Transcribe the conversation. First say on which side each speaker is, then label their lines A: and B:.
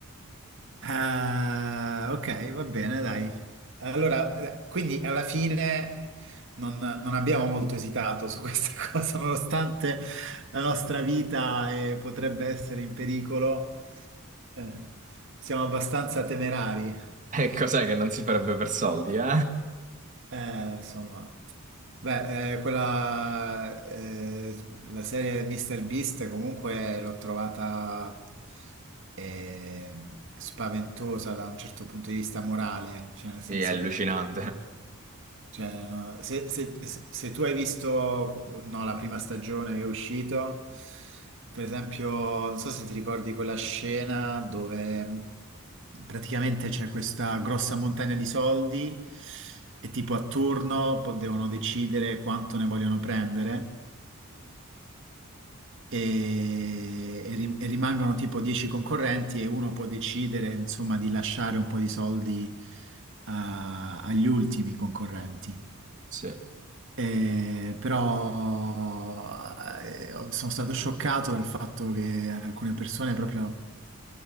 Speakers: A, on the right (about 60°); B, on the right (about 35°).
A: Eh, ok, va bene, dai. Allora, eh, quindi alla fine non, non abbiamo molto esitato su questa <laughs> cosa, nonostante la nostra vita, eh, potrebbe essere in pericolo. Eh, siamo abbastanza temerari,
B: E cos'è che non si farebbe per soldi, eh?
A: Eh, insomma. Beh, eh, quella, eh, la serie Mr. Beast comunque l'ho trovata eh, spaventosa da un certo punto di vista morale, cioè nel senso
B: Sì, è allucinante.
A: che Cioè, no, se, se- se- se tu hai visto, no, la prima stagione che è uscito, per esempio, non so se ti ricordi quella scena dove praticamente c'è questa grossa montagna di soldi e tipo a turno po- devono decidere quanto ne vogliono prendere e, e ri- e rimangono tipo 10 concorrenti e uno può decidere, insomma, di lasciare un po' di soldi a- agli ultimi concorrenti.
B: Sì.
A: Eh, però eh, sono stato scioccato dal fatto che alcune persone proprio